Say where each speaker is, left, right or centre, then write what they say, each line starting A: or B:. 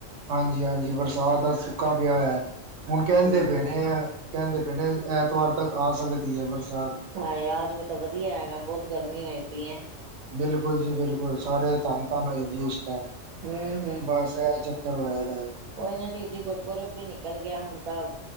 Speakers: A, on the right; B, on the right.
A: ਹਾਂਜੀ-ਹਾਂਜੀ, ਬਰਸਾਤ ਦਾ ਸੁੱਕਾ ਪੇਆ ਹੋਐ। ਹੁਨ, ਕੈਂਦੇ
B: ਹੂੰ
A: ਪਏ ਨੇ ਐ ਕੈਂਦੇ ਪਏ ਨੇ ਐਤਵਾਰ ਤੱਕ ਆ ਸਕਦੀ ਏ ਬਰਸਾਤ।
B: ਹਾਂਏ! ਆਜਵੇ ਤਾਂ ਵਧੀਆ ਹੈਗਾ, ਬੋਤ ਗਰਮੀ ਹੋ ਪਈਏ।
A: ਬਿਲਕੁਲ ਜੀ ਬਿਲਕੁਲ। ਸਾਰੇਆਂ ਦੀ ਧੰਨ-ਧੰਨ ਹੋਈ ਦੀਏ ਏਸ ਟੈਮ
B: ਹਮ
A: ਬਸ, ਐ ਚੱਕਰ ਹੋਇਆ ਦੈ।
B: ਓਈ ਨਾ ਸ਼ਹੀਦੀ ਗੁਰਪੁਰਬ ਵੀ ਨਿਕਲ ਗੇਆ ਹੁਣ ਤਾਂ